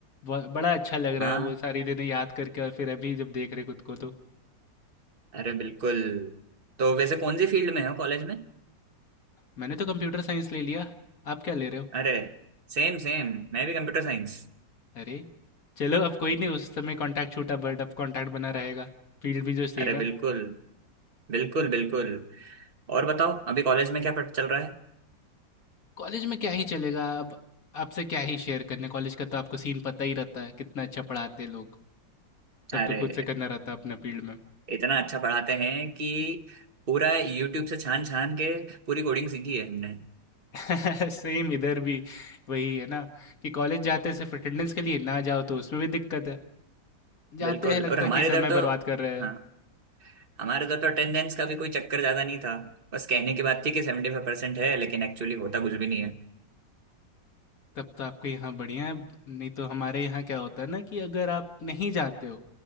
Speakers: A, on the left; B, on the right.
A: ब- बड़ा अच्छा लग रहा
B: हाँ
A: है वो सारी दिनें याद करके और फिर अभी जब देख रहे खुद को तो
B: अरे बिल्कुल तो वैसे कौन सी फील्ड में हो कॉलेज में
A: मैंने तो कंप्यूटर साइंस ले लिया आप क्या ले रहे हो
B: अरे सेम सेम मैं भी कंप्यूटर साइंस
A: अरे! चलो अब कोई नहीं उस समय कॉन्टैक्ट छूटा बट अब कॉन्टैक्ट बना रहेगा। फ़ील्ड भी जो सेम
B: अरे
A: है।
B: बिल्कुल बिल्कुल बिल्कुल और बताओ अभी कॉलेज में क्या पढ़ चल रहा है
A: कॉलेज में क्या ही चलेगा अब आपसे क्या ही शेयर करने कॉलेज का तो आपको सीन पता ही रहता है, कितना अच्छा पढ़ाते हैं लोग। सब
B: अरे
A: तो खुद से करना रहता है अपना फ़ील्ड में।
B: इतना अच्छा पढ़ाते हैं कि पूरा यूट्यूब से छान छान के पूरी कोडिंग सीखी है हमने
A: <laughs> सेम इधर भी वही है ना कि कॉलेज जाते हैं सिर्फ़ अटेंडेंस के लिए, ना जाओ तो उसमें भी दिक्कत है।
B: बिल्कुल
A: जाते हैं लगता
B: और हमारे
A: है कि
B: इधर
A: समय
B: तो
A: बर्बाद कर रहे
B: हाँ
A: हैं।
B: हमारे इधर तो अटेंडेंस का भी कोई चक्कर ज्यादा नहीं था बस कहने की बात थी कि सेवेंटी फाइव परसेंट है लेकिन एक्चुअली होता कुछ भी नहीं है
A: तब तो आपके यहाँ बढ़िया है, नहीं तो हमारे यहाँ क्या होता है ना कि अगर आप नहीं जाते हो,